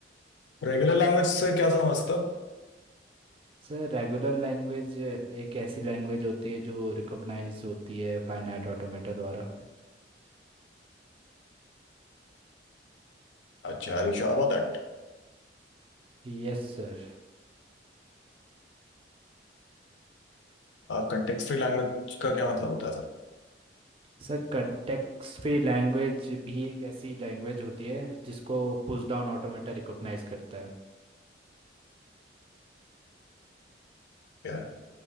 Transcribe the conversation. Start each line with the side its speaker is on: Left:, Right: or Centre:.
Left: रेगुलर लैंग्वेज से क्या समझते हो
Right: सर रेगुलर लैंग्वेज एक ऐसी लैंग्वेज होती है जो रिकॉग्नाइज होती है फाइनाइट ऑटोमेटा द्वारा
Left: अच्छा are you sure about that
Right: Yes sir
Left: Context free language का क्या मतलब होता है सर
Right: Sir context free language भी एक ऐसी लैंग्वेज होती है जिसको पुश डाउन ऑटोमेटा रिकॉग्नाइज करता है
Left: क्या है